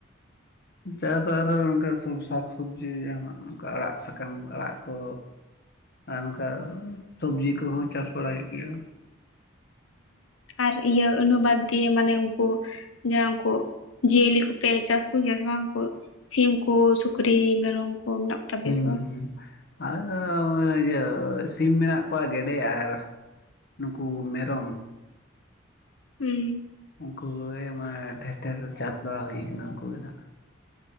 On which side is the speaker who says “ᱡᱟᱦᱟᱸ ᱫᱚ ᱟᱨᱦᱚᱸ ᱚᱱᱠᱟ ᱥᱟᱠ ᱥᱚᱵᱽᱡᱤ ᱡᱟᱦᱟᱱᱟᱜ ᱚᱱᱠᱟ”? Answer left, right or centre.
Left